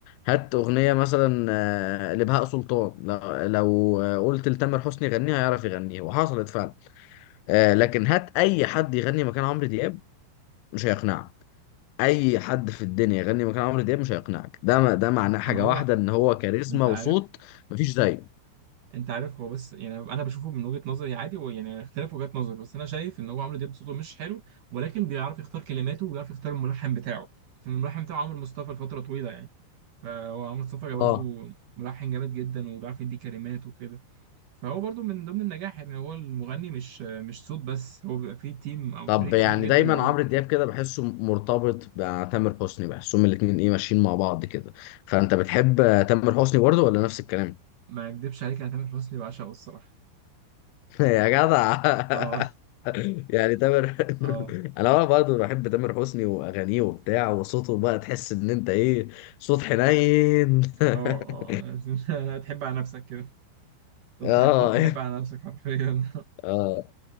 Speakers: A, on the left; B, on the right.
A: هات اغنيه مثلا آه، لبهاء سلطان لو, لو آه، قلت لتامر حسني يغنيها هيعرف يغنيها وحصلت فعلا آه، لكن هات اي حد يغني مكان عمرو دياب مش هيقنعك اي حد في الدنيا يغني مكان عمرو دياب مش هيقنعك ده ده معناه حاجه
B: ما هو
A: واحده ان هو كاريزما
B: انت
A: وصوت
B: عارف
A: مفيش زيه
B: انت عارف هو بس يعني انا بشوفه من وجهة نظري عادي هو يعني اختلاف وجهات نظر بس انا شايف ان هو عمرو دياب صوته مش حلو ولكن بيعرف يختار كلماته وبيعرف يختار الملحن بتاعه كان الملحن بتاعه عمرو مصطفى لفترة طويلة يعني فهو عمرو مصطفى برضه
A: اه
B: ملحن جامد جدا وبيعرف يدي كلمات وكده فهو برضه من ضمن النجاح ان هو المغني مش مش صوت بس هو بيبقى فيه تيم او
A: طب
B: فريق
A: يعني
B: كبير جدا
A: دايما
B: وراه
A: عمرو دياب كده بحسه مرتبط بتامر حسني بحسهم الاتنين ايه ماشيين مع بعض كده فانت بتحب تامر حسني برضه ولا نفس الكلام
B: ما اكدبش عليك انا تامر حسني بعشقه الصراحة
A: <laughs> يا جدع
B: اه
A: <laughs> يعني تامر
B: <laughs>
A: <laughs>
B: اه
A: انا برضه بحب تامر حسني واغانيه وبتاع وصوته بقى تحس ان انت ايه صوت حنين <laughs>
B: اه اه <laughs> تحب على نفسك كده
A: اه
B: تحط
A: <laughs>
B: تحب على نفسك حرفيا
A: اه